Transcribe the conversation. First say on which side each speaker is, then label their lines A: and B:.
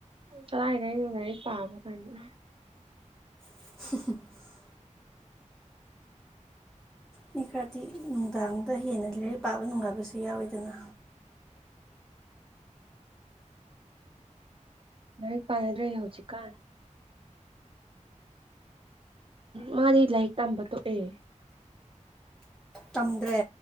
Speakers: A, on the right; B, in the centre.
A: ꯀꯔꯥꯢꯗꯩꯅꯣ ꯂꯥꯢꯔꯤꯛ ꯄꯥꯕ ꯀꯥꯢꯅ
B: <inaudible> ꯃꯤ ꯈꯔꯗꯤ ꯅꯨꯡꯗꯥꯡꯗ ꯍꯦꯟꯅ ꯂꯥꯏꯔꯤꯛ ꯄꯥꯕ ꯅꯨꯡꯉꯥꯏꯕꯁꯨ ꯌꯥꯎꯋꯤꯗꯅ꯫
A: ꯂꯥꯏꯔꯤꯛ ꯄꯥꯅꯗ꯭ꯔꯦ ꯍꯧꯖꯤꯛꯀꯥꯟ꯫ ꯃꯥꯗꯤ ꯂꯥꯏꯔꯤꯛ ꯇꯝꯕ ꯇꯣꯛꯑꯦ
B: ꯇꯝꯗ꯭ꯔꯦ